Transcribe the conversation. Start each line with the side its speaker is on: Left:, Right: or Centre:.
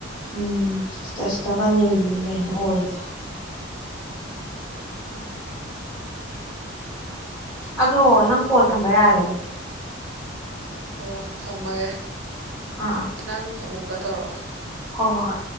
Left: ꯎꯝ ꯏꯁꯇꯦꯇꯁꯇꯀ ꯅꯩꯕꯤꯅꯤ ꯀꯩꯅ‌ꯣ ꯑꯣꯏꯔꯤꯁꯦ
Right: ꯑ
Left: ꯑꯗꯣ ꯅꯪ ꯀꯣꯜ ꯊꯝꯕ ꯌꯥꯔꯦ
Right: ꯑꯣ ꯊꯝꯃꯒꯦ
Left: ꯑꯥ ꯑꯥ
Right: ꯅꯪ ꯀ ꯇꯧꯔꯛꯑꯣ
Left: ꯍꯣꯏ ꯍꯣꯏ ꯍꯣꯏ